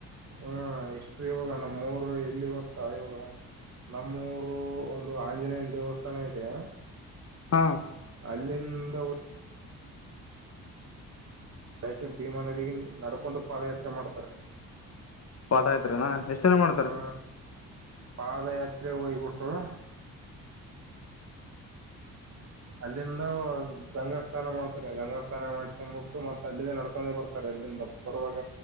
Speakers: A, on the right; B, on the left.
A: ಹ್ಮ ಇಷ್ಟ್ರಿ ನಮ್ಮ ನಮ್ಮೂರು ಇಲ್ಲಿ ಗತ್ತ ಇವ ನಮ್ಮೂರು ಒಂದು ಆಂಜನೇಯನ ದೇವಸ್ಥಾನ ಇದೆ
B: ಹಾ.. !
A: ಅಲ್ಲಿಂದ, ರಾಯಚೂರು ಭೀಮಾ ನದಿಗೆ ನಡೆದುಕೊಂಡು ಪಾದಯಾತ್ರೆ ಮಾಡುತ್ತಾರೆ.
B: ಪಾದಯಾತ್ರೆ ನಾ... ಎಷ್ಟ ಜನ ಮಾಡ್ತಾರೇ?
A: ಹ ಪಾದಯಾತ್ರೆ ಹೋಗಿಬಿಟ್ರು.. ಅಲ್ಲಿಂದ ಗಂಗಾಸ್ನಾನ ಮಾಡ್ತಾರೆ ಗಂಗಾ ಸ್ನಾನ ಮಾಡಿಸೊಂಡ್ಬಿಟ್ಟು ಮತ್ತೆ ಅಲ್ಲಿಂದ ನಡ್ಕೊಂಡೇ ಬರ್ತಾರೆ ಅಲ್ಲಿಂದ ಬರುವಾಗ